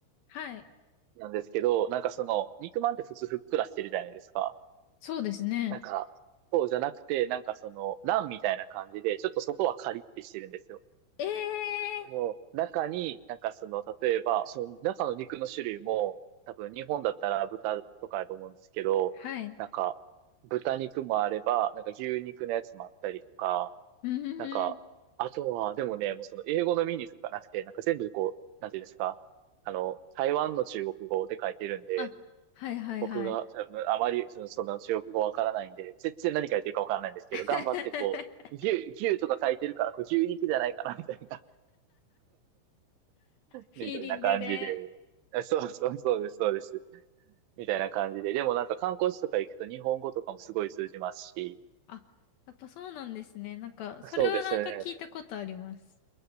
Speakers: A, on the left (about 70°); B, on the right (about 85°).
A: はい。
B: なんですけど、なんかその、肉まんって普通ふっくらしてるじゃないですか。
A: そうですね。
B: なんか、そうじゃなくて、なんかその、ランみたいな感じで、ちょっと外はカリッてしてるんですよ。
A: ええ
B: でも、中に、なんかその、例えば、その中の肉の種類も、多分日本だったら豚とかだと思うんですけど、
A: はい。
B: なんか、豚肉もあれば、なんか牛肉のやつもあったりとか、
A: うーん。
B: なんか、あとは、でもね、もうその英語のメニューとかなくて、なんか全部こう、なんていうんですか、あの、台湾の中国語で書いてるんで、
A: あ、はいはいはい。
B: 僕がそのあまりその、その中国語わからないんで、全然何書いてるかわからないんですけど、
A: <laughs>
B: 頑張ってこう、牛、牛とか書いてるから、これ牛肉じゃないかな、みたいな。
A: フィーリングで。
B: みたいな感じで。あそうそうそうです、そうです。みたいな感じで。でもなんか観光地とか行くと日本語とかもすごい通じますし。
A: あ、やっぱそうなんですね。なんか、それはなんか聞いたことあります。
B: そうですね。